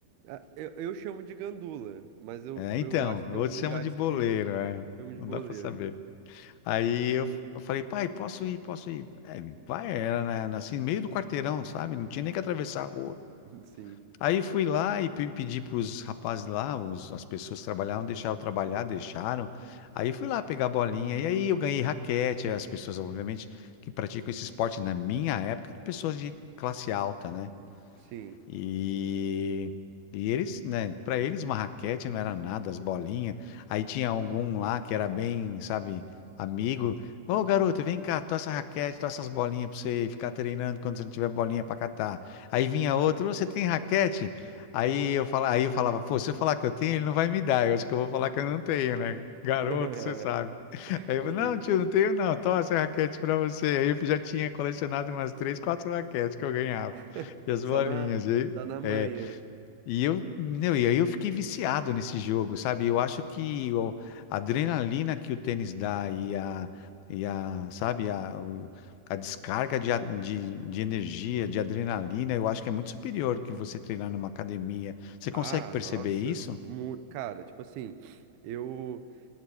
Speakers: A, on the right (about 85°); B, on the left (about 80°).
A: Ah, eu, eu chamo de gandula, mas eu,
B: É,
A: eu
B: então,
A: acho que tem
B: outros
A: alguns lugares
B: chamam de boleiro,
A: que
B: é.
A: chamam de
B: Não
A: boleiro.
B: dá pra saber. Aí eu eu falei, pai, posso ir, posso ir. É, ele, vai, era na, na- assim, meio do quarteirão, sabe? Não tinha nem que atravessar a rua.
A: <laughs> Sim,
B: Aí fui lá e pe- pedi para os rapazes lá, os, as pessoas que trabalhavam, deixaram eu trabalhar, deixaram. Aí fui lá pegar a bolinha, e aí eu ganhei raquete. As pessoas, obviamente, que praticam esse esporte na minha época, eram pessoas de classe alta, né?
A: sim.
B: E, e eles, né, para eles uma raquete não era nada, as bolinhas. Aí tinha algum lá que era bem, sabe, amigo. Ô, garoto, vem cá, tô essa raquete, tô essas bolinhas pra você ficar treinando quando você não tiver bolinha pra catar. Aí vinha outro, "Ô, você tem raquete? Aí eu falava, aí eu falava, pô, se eu falar que eu tenho, ele não vai me dar. Eu acho que eu vou falar que eu não tenho, né? Garoto,
A: <laughs>
B: você sabe. Aí eu
A: Sim.
B: falei, não, tio, não tenho não, toma essa raquete pra você. Aí eu já tinha colecionado umas três, quatro raquetes que eu ganhava.
A: <laughs>
B: E as
A: Só
B: bolinhas,
A: na,
B: e,
A: só na manhã.
B: é, e eu, meu, e aí eu fiquei viciado nesse jogo, sabe? Eu acho que o- a adrenalina que o tênis dá e a, e a, sabe, a, o- a descarga de, a- de, de energia, de adrenalina, eu acho que é muito superior que você treinar numa academia. Você
A: Ah,
B: consegue perceber
A: nossa.
B: isso?
A: Mu- Cara, tipo assim, eu,